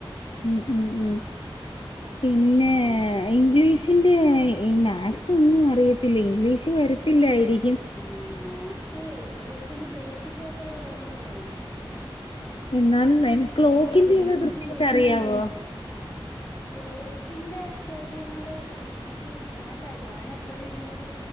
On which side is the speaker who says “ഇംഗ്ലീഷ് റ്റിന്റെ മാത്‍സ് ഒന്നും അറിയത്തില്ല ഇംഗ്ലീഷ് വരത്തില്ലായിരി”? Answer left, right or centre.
Left